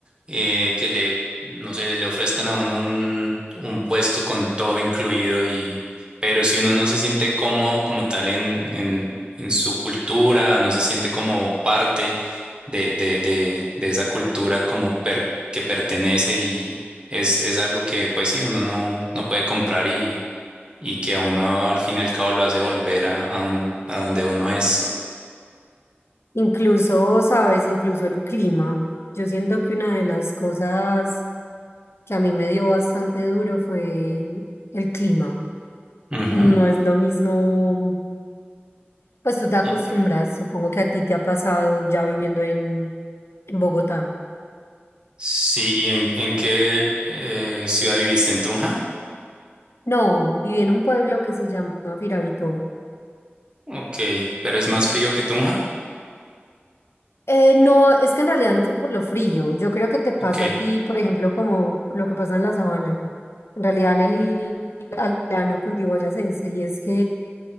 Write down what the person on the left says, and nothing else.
Incluso, sabes, incluso el clima. Yo siento que una de las cosas que a mí me dio bastante duro fue el clima.
No es lo mismo, pues tú te acostumbras,
supongo que a ti te ha pasado ya viviendo en, en Bogotá.
No, viví en un pueblo que se llama Firavito.
Eh, no, es que en realidad no fue por lo frío. Yo creo que te pasa
a ti, por ejemplo, como lo que pasa en la sabana. En realidad en el altiplano cundiboyacense, y es que